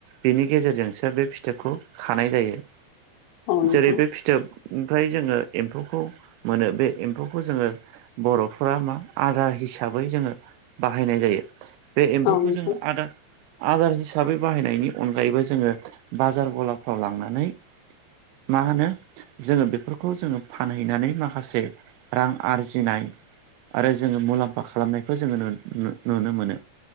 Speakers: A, on the right (about 80°); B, on the left (about 80°).
A: बेनि गेजेरजोंसो बे फिथोबखौ खानाय जायो
B: औ नोंथां
A: जेरै बे फिथोबनिफ्राय जोङो एमफौखौ मोनो बे एमफौखौ जोङो बर'फोरा मा आदार हिसाबै जोङो बाहायनाय जायो बे एमफौखौ
B: औ नोंथां
A: जोङो आदार आदार हिसाबै बाहायनायनि अनगायैबो जोङो बाजार गलाफ्राव लांनानै मा होनो जोङो बेफोरखौ जोङो फानहैनानै माखासे रां आरजिनाय आरो जोङो मुलामफा खालामनायखौ जोङो नुनो मोनो